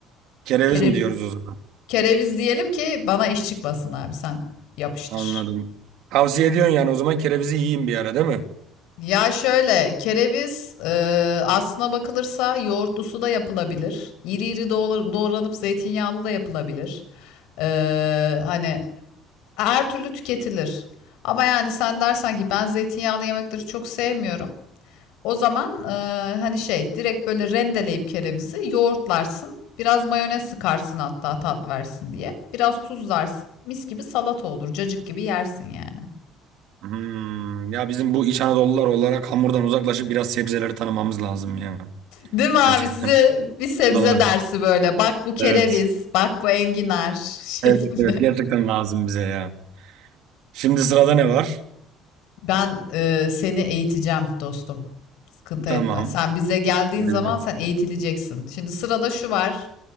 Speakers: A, on the right; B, on the left.
A: Kereviz
B: Kereviz.
A: mi diyoruz o zaman?
B: Kereviz diyelim ki bana iş çıkmasın abi sen yapıştır.
A: Anladım. Tavsiye ediyorsun yani o zaman kerevizi yiyeyim bir ara değil mi?
B: Ya şöyle, kereviz e, aslına bakılırsa yoğurtlusu da yapılabilir. İri iri doğra- doğranıp zeytinyağlı da yapılabilir. E, hani her türlü tüketilir. Ama yani sen dersen ki ben zeytinyağlı yemekleri çok sevmiyorum. O zaman e, hani şey direkt böyle rendeleyip kerevizi yoğurtlarsın. Biraz mayonez sıkarsın hatta tat versin diye. Biraz tuzlarsın. Mis gibi salata olur. Cacık gibi yersin yani.
A: Hmm. Ya bizim bu İç Anadolular olarak hamurdan uzaklaşıp biraz sebzeleri tanımamız lazım ya.
B: Değil mi abi?
A: Gerçekten.
B: Size bir sebze
A: Vallahi.
B: dersi böyle. Bak bu kereviz,
A: Evet.
B: bak bu enginar <laughs> şeklinde.
A: Evet evet gerçekten lazım bize ya. Şimdi sırada ne var?
B: Ben e, seni eğiteceğim dostum. Sıkıntı
A: Tamam.
B: etme. Sen bize geldiğin
A: Evet.
B: zaman sen eğitileceksin. Şimdi sırada şu var.